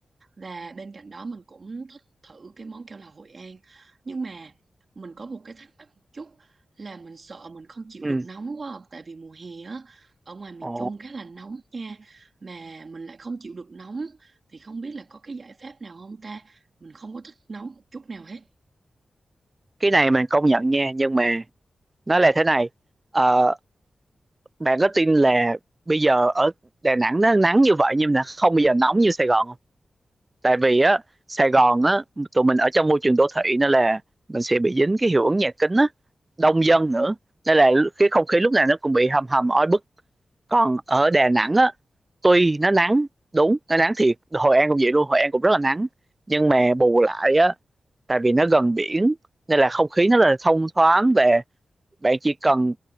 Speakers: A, on the right; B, on the right.
A: và bên cạnh đó mình cũng thích thử cái món keo là Hội An nhưng mà mình có một cái thắc mắc một chút là mình sợ mình không chịu
B: ừ
A: được nóng quá à, tại vì mùa hè á ở ngoài miền
B: ồ
A: Trung khá là nóng nha mà mình lại không chịu được nóng thì không biết là có cái giải pháp nào không ta mình không có thích nóng một chút nào hết
B: cái này mình công nhận nha nhưng mà nó là thế này Ờ, bạn có tin là bây giờ ở Đà Nẵng nó nắng như vậy nhưng mà không bao giờ nóng như Sài Gòn tại vì á Sài Gòn á tụi mình ở trong môi trường đô thị nên là mình sẽ bị dính cái hiệu ứng nhà kính á đông dân nữa nên là cái không khí lúc nào nó cũng bị hầm hầm oi bức còn ở Đà Nẵng á tuy nó nắng đúng nó nắng thiệt Hội An cũng vậy luôn Hội An cũng rất là nắng nhưng mà bù lại á tại vì nó gần biển nên là không khí nó là thông thoáng về bạn chỉ cần